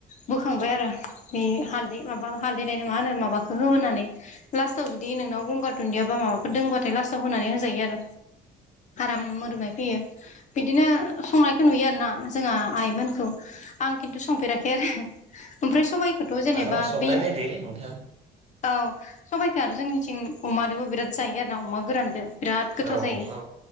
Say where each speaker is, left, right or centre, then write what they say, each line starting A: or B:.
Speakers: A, on the left (about 45°); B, on the right (about 35°).
A: बोखांबाय आरो बे हालदै माबा हालदै लायनो मा होन माखौ होनोनानै लास्टाव जुदि नोंनाव गंगार दुन्दियायाबा माबाफोर दंबाथाय लास्टाव होनानै होजायो आरो आराम मोरोमनाय फैयो बिदिनो संनायखौ नुयो आरो ना। जोंहा आइमोनखौ आं खिन्थु संफेराखै आरो ओमफ्राय सबबायखौथ' जेनेबा
B: मालाबा संनाय
A: बे
B: नायदो नोंथां
A: औ सबाइखो आरो जोंनिथिं अमादोबो बिराद जायो आरोना अमा गोरानदो बिराद गोथाव
B: औ
A: जायो
B: औ